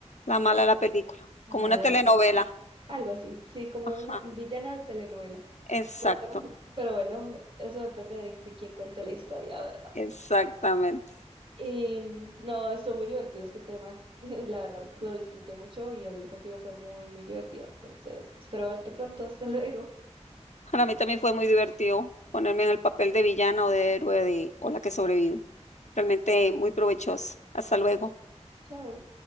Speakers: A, on the left; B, on the right.
A: la mala
B: pero
A: de la película,
B: la
A: como
B: mala
A: una
B: de
A: telenovela.
B: la película. Algo así, sí, como
A: Ajá,
B: de una villana de telenovela.
A: exacto,
B: Pero, pero bueno, eso depende de, de quién cuente la historia, ¿verdad?
A: exactamente.
B: Y mm, no, estuvo muy divertido este tema. <laughs> La verdad, lo disfruté mucho y hablar contigo fue muy, muy divertido. Entonces, espero verte pronto. Hasta luego.
A: Para mí también fue muy divertido ponerme en el papel de villana o de héroe de- o la que sobrevive. Realmente muy provechoso. Hasta luego.
B: Chao.